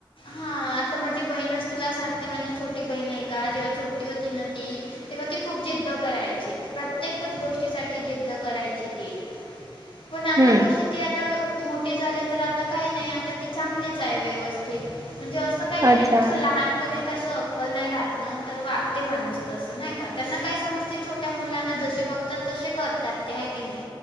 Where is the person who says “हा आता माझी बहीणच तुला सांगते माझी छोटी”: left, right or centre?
Left